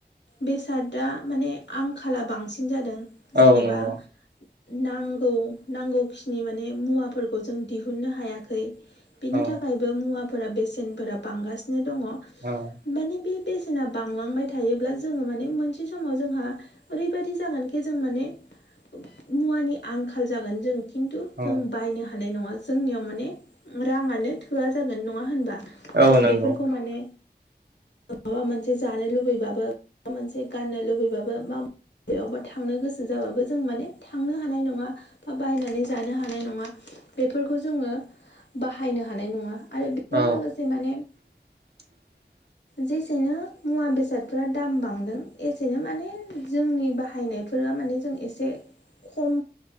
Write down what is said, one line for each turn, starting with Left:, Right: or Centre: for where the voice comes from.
Left: बेसादा माने आंखाला बांसिन जादों।
Right: औ
Left: जेनेबा
Right: नंगौ
Left: नांगौ नांगौखिनि माने मुवाफोरखौ जों दिहुननो हायाखै। बिनि
Right: औ
Left: थाखायबो मुवाफोरा बेसेनफोरा बांगासिनो दङ।
Right: औ
Left: माने बे बेसेना बांलांबाय थायोब्ला जोङो माने मोनसे समाव जोंहा ओरैबायदि जागोनखि जों माने मुवानि आंखाल जागोन जों खिन्थु
Right: औ
Left: जों बायनो हानाय नङा जोंनियाव माने राङानो थोआ जागोन नङा होनबा?
Right: औ
Left: जों
Right: नंगौ
Left: बेफोरखौ माने माबा मोनसे जानो लुबैबाबो माबा मोनसे गाननो लुबैबाबो मा यावबा थांनो गोसो जाबाबो जों माने थांनो हानाय नङा। बा बायनानै जानो हानाय नङा बेफोरखौ जोङो बाहायनो हानाय नङा आरो बेजों
Right: औ
Left: लोगोसे माने
Right: <unintelligible>
Left: जेसेनो मुवा बेसादफोरा दाम बांदों एसेनो माने जोंनि बाहायनाय बे फोर माने जों एसे खम